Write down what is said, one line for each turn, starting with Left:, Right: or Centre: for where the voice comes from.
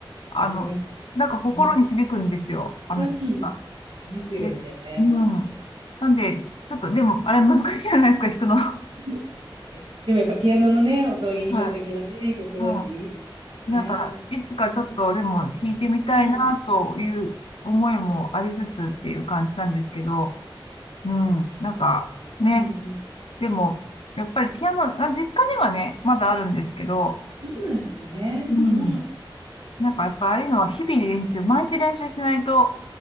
Left: あの、
Right: ります。
Left: なんか心に響くんですよ、
Right: うん。
Left: あの曲が。
Right: はいありますよね。
Left: で、うん。なんで、ちょっと、でも、あれ難しいじゃないですか、弾くの。
Right: うんでもやっぱピアノのね、音印象的なね、
Left: <laughs> はい。
Right: 曲だし、
Left: う
Right: いいですね。
Left: ん。なんか、いつかちょっと、
Right: う
Left: でも弾いてみたいな、
Right: ん。
Left: という思いもありつつっていう感じなんですけど、うん。
Right: ね、
Left: なんか、ね。
Right: うんうん。
Left: でも、やっぱりピアノ、あ実家にはね、まだあるんですけど、
Right: そうなんですね。
Left: うん。
Right: うん。
Left: なんかやっぱああいうのは日々練習、毎日練習しないと弾